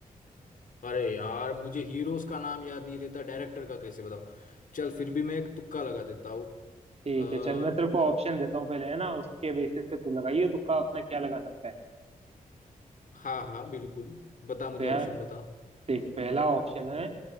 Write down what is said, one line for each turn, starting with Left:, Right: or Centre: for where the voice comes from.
Left: अरे यार मुझे हीरोज का नाम याद नहीं रहता डायरेक्टर का कैसे बताऊं चल फिर भी मैं एक तुक्का लगा देता हूँ
Right: ठीक
Left: अ,
Right: है चल मैं तेरे को ऑप्शन देता हूँ पहले है ना उसके बेसिस पे तू लगाइए तुक्का अपना क्या लगा सकता है
Left: हाँ हाँ बिल्कुल बता मुझे
Right: तो यार
Left: ऑप्शन बता
Right: देख पहला ऑप्शन है